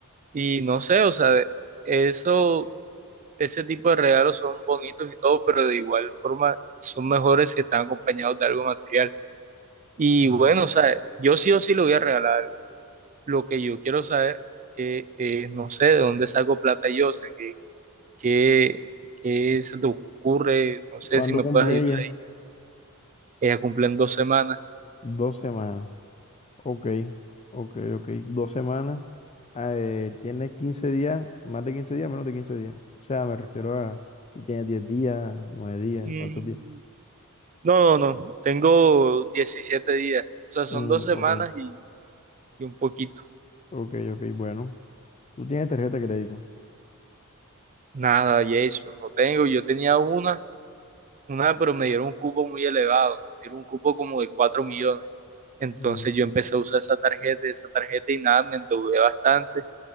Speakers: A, on the right; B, on the left.
A: Y no sé, o sea, eso, ese tipo de regalos son bonitos y todo, pero de igual forma son mejores si están acompañados de algo material. Y
B: Mm.
A: bueno, o sea, yo sí o sí lo voy a regalar lo que yo quiero saber es, eh, eh, no sé, de dónde saco plata yo, o sea, qué, qué, qué se te ocurre, no sé
B: ¿Cuándo
A: si me
B: cumple
A: puedes ayudar
B: ella?
A: ahí. Ella cumple en dos semanas.
B: Dos semanas. Ok, ok, ok. Dos semanas. Ah, Eh, tienes 15 días, más de 15 días, menos de 15 días. O sea, me refiero a si tienes 10 días, nueve días,
A: Mm,
B: ¿cuántos días?
A: No, no, no, tengo 17 días, o sea, son
B: Mm,
A: dos semanas
B: ok,
A: y, y un poquito.
B: ok, ok. Bueno, tú tienes tarjeta de crédito.
A: Nada, Jason, no tengo, yo tenía una, una, pero me dieron un cupo muy elevado, era un cupo como de 4 millones. Entonces
B: Mm,
A: yo empecé a usar esa tarjeta, esa tarjeta y nada, me endeudé bastante